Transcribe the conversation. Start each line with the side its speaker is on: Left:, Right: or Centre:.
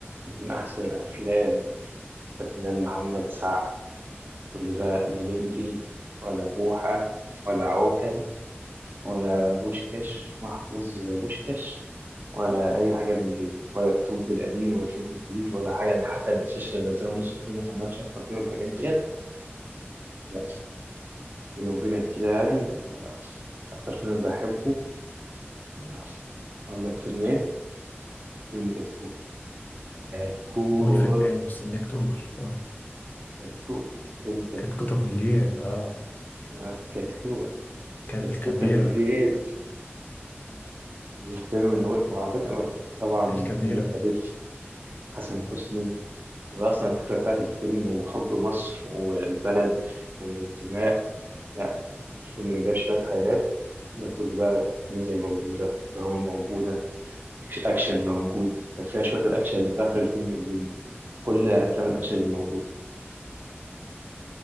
Right: من أحسن أفلام فنان محمد سعد تقول لي بقى لا لمبي ولا بوحة ولا عوكل ولا بوشكاش محفوظ بوشكاش ولا أي حاجة من دول ولا الطب القديم ولا الطب الجديد ولا حاجة حتى الدشاش اللي نزلوا نص الفيلم فما تشكر فيه والحاجات ديت لا بيني وبينك كده يعني آه، أكتر فيلم بحبه آه، أقول لك فيلم إيه؟ فيلم كتكوت كتكوت
Left: قول فيلم ايه انا مستنيك تقول اه
Right: كتكوت فيلم كتكوت
Left: كانت كتب الليل اه
Right: آه، كتكوت
Left: ك- الكبيرة
Right: التوتة بالليل والفيلم من أول وعلى فكرة أنا طبعا
Left: الكبيرة
Right: فيلم القدير حسن حسني وأصلا الفكرة بتاعت الفيلم وحب مصر والبلد والانتماء لا الفيلم جاب شوية حاجات لا تقول لي بقى كوميديا موجودة دراما موجودة أكش- أكشن موجود فيها شوية الأكشن اللي في آخر الفيلم اللي- كل أفلام الأكشن اللي موجود